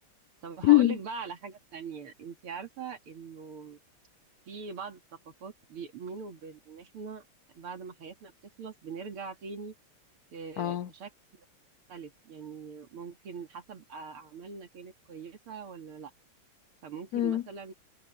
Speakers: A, on the right (about 80°); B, on the left (about 90°).
A: طب هقول
B: <clears throat>
A: لك بقى على حاجة تانية انت عارفة انه في بعض الثقافات بيؤمنوا بان احنا بعد ما حياتنا بتخلص بنرجع تاني في
B: اه
A: في شكل مختلف يعني ممكن حسب اعمالنا كانت كويسة ولا لا فممكن
B: مم.
A: مثلا